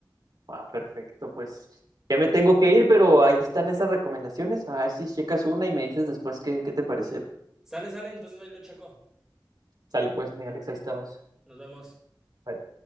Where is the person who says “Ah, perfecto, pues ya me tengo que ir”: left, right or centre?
Right